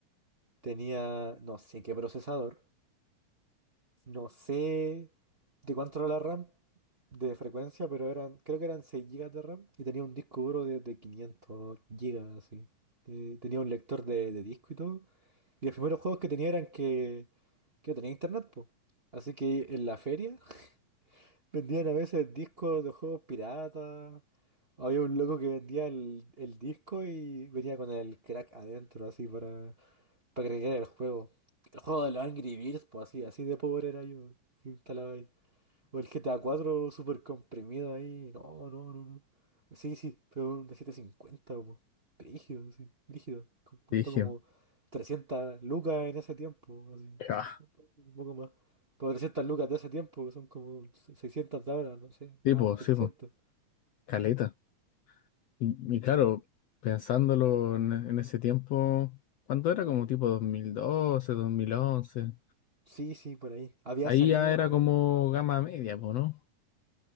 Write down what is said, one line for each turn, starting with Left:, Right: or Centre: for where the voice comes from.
Right: Tenía no sé qué procesador. No sé de cuánto era la RAM de frecuencia, pero eran, creo que eran 6 gigas de RAM y tenía un disco duro de, de 500 gigas así. Eh, tenía un lector de, de disco y todo. Y los primeros juegos que tenía eran que, que no tenía internet, pues. Así que en la feria <laughs> vendían a veces discos de juegos piratas. Había un loco que vendía el, el disco y venía con el crack adentro, así, para, para crear el juego. El juego de los Angry Birds, pues así, así de pobre era yo. que Instalaba ahí. O el GTA 4 súper comprimido ahí. No, no, no, no. Sí, sí, pero un de 750 como. Brígido, sí, brígido. Co- Costó
Left: Dije,
Right: como 300 lucas en ese tiempo, así.
Left: ah,
Right: Un poco más. Pero 300 lucas de ese tiempo, que son como 600 de ahora, no sé,
Left: sí,
Right: más,
Left: pues,
Right: setecientos
Left: sí, pues, caleta. Y, y claro, pensándolo en, en ese tiempo, ¿cuánto era? Como tipo dos dos mil doce dos mil once
Right: Sí, sí, por ahí. Había
Left: Ahí
Right: salido,
Left: ya era
Right: a ver.
Left: como gama media, po, ¿no?